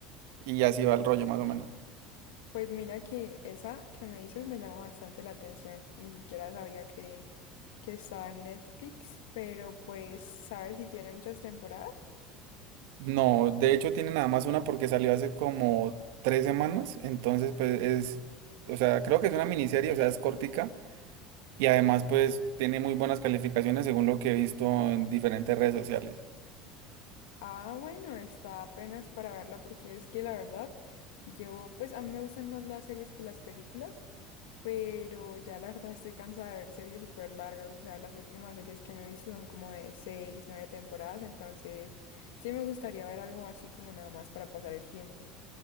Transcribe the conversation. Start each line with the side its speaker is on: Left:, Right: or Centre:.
Right: y así va el rollo más o menos.
Left: Pues mira que esa que me dices me llama bastante la atención, ni siquiera sabía que, que estaba en Netflix, pero pues, ¿sabes si tiene muchas temporadas?
Right: No, de hecho tiene nada más una porque salió hace como tres semanas, entonces pues es, o sea, creo que es una miniserie, o sea, es cortica y además pues tiene muy buenas calificaciones según lo que he visto en diferentes redes sociales.
Left: Ah, bueno, está apenas para verla porque es que la verdad, yo pues a mí me gustan más las series que las películas, pero ya la verdad estoy cansada de ver series súper largas, o sea, las últimas series que me he visto son como de seis, nueve temporadas, entonces sí me gustaría ver algo así como nada más para pasar el tiempo.